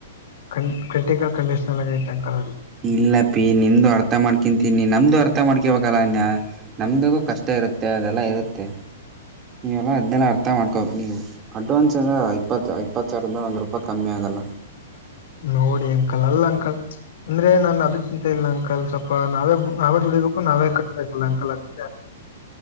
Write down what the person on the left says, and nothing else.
ಕ ಕ್ರಿಟಿಕಲ್ ಕಂಡೀಷನಾಗ್ ಐತೆ ಅಂಕಲ್ ಅದು.
ನೋಡಿ ಅಂಕಲ್ ಅಲ್ಲ ಅಂಕಲ್. ಅಂದ್ರೆ ನಾನ್ ಅದ ಚಿಂತೆ ಇಲ್ಲ ಅಂಕಲ್ ಸ್ವಲ್ಪ ನಾವೇ ನಾವೇ ದುಡಿಬೇಕು ನಾವೇ ಕಟ್ಬೇಕಲ್ಲ ಅಂಕಲ್ ಅದಿಕ್ಕೆ.